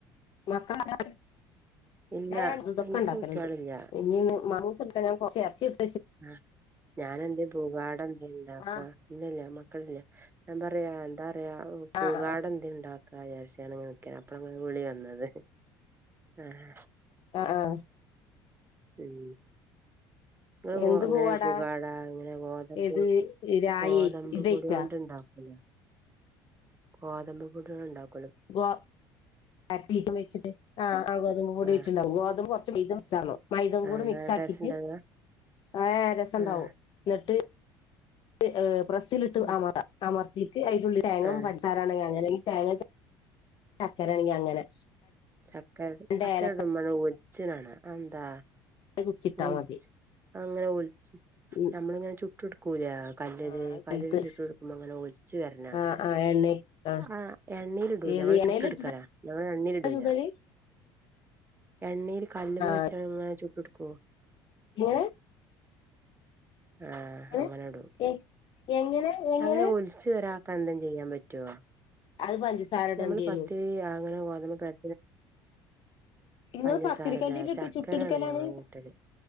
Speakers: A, on the left; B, on the right.
A: മക്കള് <unintelligible>
B: ഇല്ല
A: ഞാന് അതു ഇതൊക്കെ
B: എനിക്ക്
A: ഇണ്ടാക്കല്ണ്ട്.
B: കുട്ട്യാളില്ല
A: ഇനി ഇന്ന് മോമൂസ് ഉണ്ടാക്കാൻ ഞാൻ കൊർച്ച് എറച്ചി എടുത്തു
B: ആഹ് ഞാനെന്ത് പൂഗാട എന്ത് ഇണ്ടാക്ക.
A: ആ
B: ഇല്ലല്ല മക്കളില്ല. ഞാൻ പറയാ, എന്താ പറയാ
A: ആ
B: പൂഗാഡ എന്തെലും ഉണ്ടാ ക്കാ വിചാരിച്ച് ഞാനങ്ങനെ നിക്കാണ്. അപ്പളാ നിങ്ങളെ വിളി വന്നത്. ആഹ്
A: ആഹ് ആഹ്
B: <unintelligible> ഇങ്ങള്
A: എന്ത്
B: ഇങ്ങനെ
A: പൂവാടാ
B: പുകാട, ഇങ്ങനെ ഗോതമ്പ്,
A: ഏത് രായി
B: ഗോതമ്പ്
A: ഇതേറ്റാ
B: പൊടി കൊണ്ട് ഇണ്ടാക്കൂല്ലേ
A: <inaudible>
B: ഗോതമ്പ് പൊടിയൊണ്ട് ഉണ്ടാക്കും
A: ഗോ അട്ടിയിട്ട് വെച്ചിട്ട് ആ ആ ഗോതമ്പ് പൊടി
B: ആഹ്
A: കൊണ്ടുണ്ടാക്കും. ഗോതമ്പും കുറച്ച് മൈദയും
B: ആഹ്
A: കൂടി
B: നല്ല
A: മിക്സാക്കിയിട്ട്.
B: ടേസ്റ്റ് ഇണ്ടാകാ
A: ആ ഏഹ് രസം ഉണ്ടാവും.
B: ആഹ്
A: എന്നിട്ട് ഏഹ് പ്രസ്സിലിട്ട്
B: ഉം
A: അമർത്തിയിട്ട് അതിനുള്ളിൽ തേങ്ങ,
B: ആഹ്
A: പഞ്ചസാര ആണങ്കിൽ അങ്ങനെ. ഈ തേങ്ങ ശർക്കര ആണെങ്കിൽ അങ്ങനെ
B: ചക്കര.
A: രണ്ട്
B: ചക്കരയിടുമ്പോൾ
A: ഏല
B: അങ്ങ ഒലിച്ണെ കാണാം അത് എന്താ
A: കുത്തിട്ടാ
B: ഒലിച്ച്,
A: മതി
B: അങ്ങനെ ഒലിച്ച്.
A: ഉം
B: ഞമ്മളിങ്ങനെ ചുട്ട് എടുക്കൂല്ലേ. കല്ലില്,
A: ആ
B: കല്ലില്
A: ചെലത്
B: ചുട്ട് എടുക്കുമോ അങ്ങനെ ഒലി ച്ച് വര്ണെ കാണാം
A: ആ ആ എണ്ണ ആ
B: ആഹ് എണ്ണീൽ ഇടൂല.
A: ഏത്
B: ഞങ്ങള്
A: എണ്ണയില്
B: ചുട്ട് എടുക്കലാ.
A: ഇട്ടിട്ടാ
B: ഞങ്ങള് എണ്ണീൽ ഇടൂല
A: ചുടല്
B: എണ്ണയിൽ കല്ലുമ്മൽ
A: ആ
B: വെച്ച് ഇങ്ങനെ ചുട്ടെടുക്കും
A: ഏഹ്
B: ആഹ്
A: എങ്ങനെ
B: അങ്ങനെഇടും
A: ഏ എങ്ങനെ എങ്ങനെ
B: അങ്ങനെ ഒലി ച്ച് വരത്തെ എന്തേലും ചെയ്യാൻ പറ്റുവോ?
A: അത് പഞ്ചസാര ഇടേണ്ടി
B: നമ്മള്
A: വരും
B: പത്ത് അങ്ങനെ ഗോതമ്പ് പര
A: നിങ്ങൾ
B: പഞ്ചസാരല്ലേ
A: പത്തിരിക്കല്ലിൽ ഇട്ട്
B: ചക്കരാണ്
A: ചുട്ടെടുക്കലാണ്
B: ഞങ്ങളടെ കൂട്ടല്